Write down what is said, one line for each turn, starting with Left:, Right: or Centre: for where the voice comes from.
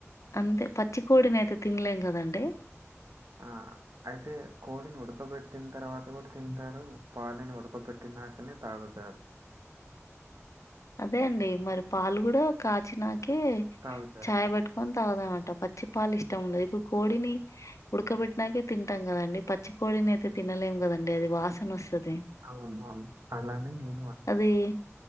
Left: అంతే పచ్చి కొడిని అయితే తినలేం కదండి
Right: ఆ అయితే కోడిని ఉడకబెట్టిన తర్వాత కూడా తింటారు పాలని ఉడకబెట్టినాకనే తాగుతారు
Left: అదే అండి మరి పాలు కూడా కాచి నాకే కే
Right: తాగుతారు.
Left: చాయ్ పెట్టుకొని తాగుదాం అంటావ్ పచ్చి పాలు ఇష్టం ఉండది ఇప్పుడు కోడిని ఉడకబెట్టినాకే తింటాం కదండి పచ్చి కొడిని అయితే తినలేం కదండి అది వాసన వస్తది
Right: అవును. అవును. అలానే నేను అన్నా.
Left: అది